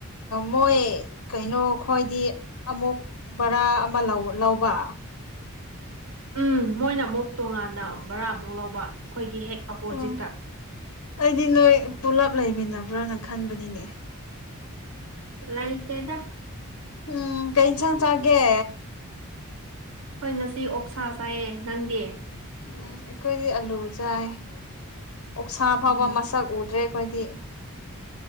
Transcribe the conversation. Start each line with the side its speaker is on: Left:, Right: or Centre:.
Left: ꯃꯣꯏ ꯀꯩꯅꯣ ꯈꯣꯏꯗꯤ ꯑꯃꯨꯛ ꯕꯔꯥ ꯑꯃ ꯂꯧ ꯂꯧꯕ
Right: ꯎꯝ ꯃꯣꯏꯅ ꯑꯃꯨꯛ ꯇꯣꯉꯥꯟꯅ ꯕꯔꯥꯃꯨꯛ ꯂꯧꯕ ꯑꯩꯈꯣꯏꯒꯤ ꯍꯦꯛ ꯑꯣꯄꯣꯖꯤꯠꯇ
Left: ꯑꯣ ꯑꯩꯗꯤ ꯅꯣꯏ ꯄꯨꯂꯞ ꯂꯩꯃꯤꯟꯅꯕ꯭ꯔꯅ ꯈꯟꯕꯅꯤꯅꯦ
Right: ꯂꯥꯏ ꯀ ꯀꯩꯗ
Left: ꯎꯝ ꯀ ꯏꯟꯁꯥꯡ ꯆꯥꯒꯦ
Right: ꯍꯣꯏ ꯉꯁꯤ ꯑꯣꯛꯁꯥ ꯆꯥꯏꯌꯦ ꯅꯪꯗꯤ
Left: ꯎꯝ ꯑꯩꯈꯣꯏꯗꯤ ꯑꯂꯨ ꯆꯥꯏ ꯑꯣꯛꯁꯥ ꯐꯥꯎꯕ
Right: ꯎꯝ
Left: ꯃꯁꯛ ꯎꯗ꯭ꯔꯦ ꯑꯩꯈꯣꯏꯗꯤ